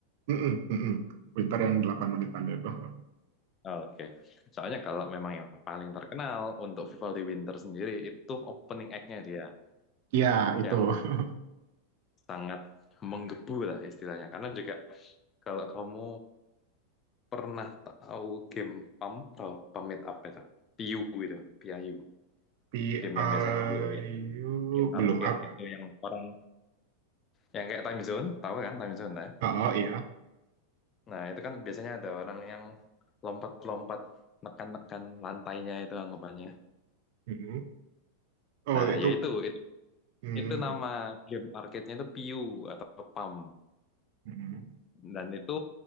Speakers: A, on the right (about 50°); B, on the left (about 25°).
A: Mm-mm, mm-mm. Winter yang 8 menitan itu. <laughs>
B: Oke, Soalnya kalau memang yang paling terkenal untuk Vivaldi Winter sendiri itu opening act-nya dia,
A: Ya, itu.
B: yang
A: <laughs>
B: sangat menggebu lah istilahnya. Karena juga kalau kamu pernah tahu game PAM, tahu pamit apa itu? piu itu, PIU.
A: PIU
B: Game yang biasanya di arcade-arcade
A: belum up.
B: gitu yang orang yang kayak time zone, tahu kan time zone ya?
A: Oh, iya.
B: Nah, itu kan biasanya ada orang yang lompat-lompat nekan-nekan lantainya itu anggapannya.
A: Mm-mm. Oh,
B: Nah,
A: itu.
B: ya itu itu
A: Mm,
B: itu nama
A: oh,
B: game arcade-nya itu piu atau PAM
A: mm.
B: dan itu